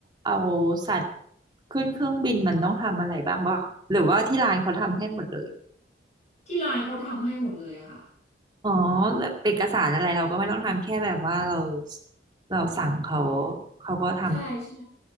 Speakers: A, on the right (about 25°); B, on the left (about 35°).
A: เอาสัตว์ขึ้นเครื่องบินมันต้องทำอะไรบ้างบ้างหรือว่าที่ร้านเขาทำให้หมดเลย
B: ที่ร้านเขาทำให้หมดเลยอะค่ะ
A: อ๋อแล้วเอกสารอะไรเราก็ไม่ต้องทำแค่แบบว่าเราเราสั่งเขาเขาก็ทำ
B: ใช่ใช่